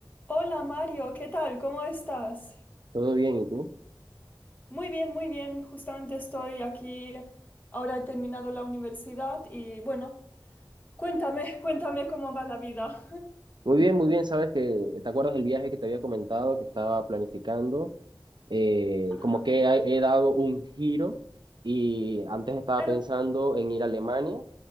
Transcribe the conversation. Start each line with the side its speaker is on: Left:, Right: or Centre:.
Left: Hola Mario, ¿qué tal? ¿Cómo estás?
Right: Todo bien, ¿y tú?
Left: Muy bien, muy bien. Justamente estoy aquí. Ahora he terminado la universidad y bueno, cuéntame, <laughs> cuéntame cómo va la vida.
Right: Muy bien, muy bien. Sabes que, ¿te acuerdas del viaje que te había comentado que estaba planificando? Eh,
Left: Ajá.
Right: como que he, he dado un giro y antes estaba
Left: Claro,
Right: pensando en ir a Alemania,